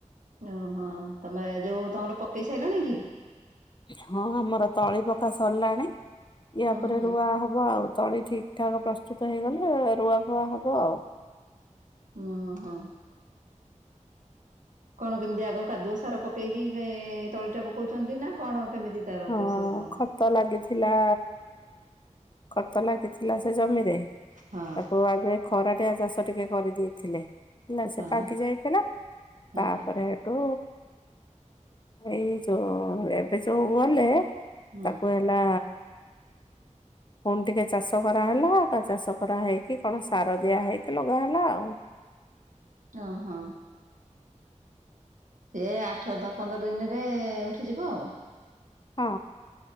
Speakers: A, on the right (about 80°); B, on the left (about 35°).
A: ଓହୋ ତମେ ଯୋଉ ତମର ପକେଇ ସାରିଲଣି କି?
B: ହଁ ଆମର ତଳି ପକା ସରିଲାଣି ୟା
A: ଓହୋ
B: ପରେ ରୁଆ ହବ ଆଉ ତଳି ଠିକ୍ ଠାକ୍ ପ୍ରସ୍ତୁତ ହେଇଗଲେ ରୁଆଫୁଆ ହବ ଆଉ।
A: ଙହଁ। କଣ କେମିତି ଆଗ କାଦୁଅ ସାର ପକେଇକି ଇ ତଳିଟା ପକଉଚନ୍ତି ନା କଣ କେମିତି? ତାର
B: ହଁ
A: ପ୍ରୋସେସ କଣ?
B: ଖତ ଲାଗିଥିଲା ଖତ ଲାଗିଥିଲା ସେ ଜମିରେ
A: ହଁ
B: ତାକୁ ଆଗେ ଖରାଟିଆ ଚାଷ ଟିକିଏ କରିଦେଇଥିଲେ ହେଲା ସେ
A: ହଁ
B: ପାଗି ଯାଇଥିଲା।
A: ହଁ
B: ତାପରେ ହେଠୁ ହେଇ ଯୋଉ ଏବେ ଯୋଉ ପୁଅଲେ
A: ହୁଁ
B: ତାକୁ ହେଲା ଉ ପୁଣି ଟିକିଏ ଚାଷ କରାହେଲା ଚାଷ କରା ହେଇକି କଣ ସାର ଦିଆ ହେଇକି ଲଗା ହେଲା ଆଉ।
A: ଓ ହଁ। ଏ ଆଠ ଦ ପନ୍ଦର ଦିନିରେ ଉଠିଯିବ ଆଉ
B: ହଁ